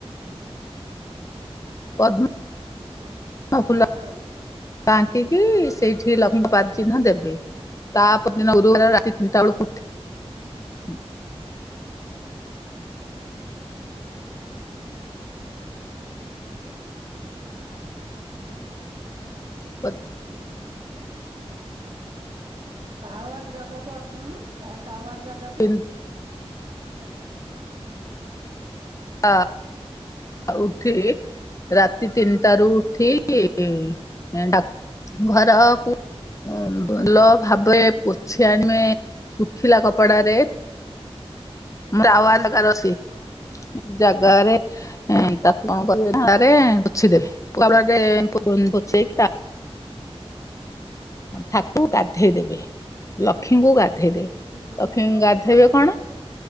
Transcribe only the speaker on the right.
ମତେ ମତେ
ପଚାରନ୍ତୁ କଣ
ଟାୱାର ଜାଗାକୁ ଆସୁନୁ ଟାୱାର ଜାଗାକୁ।
ଏତେ ଏତେ
ମତେ
ପଚାର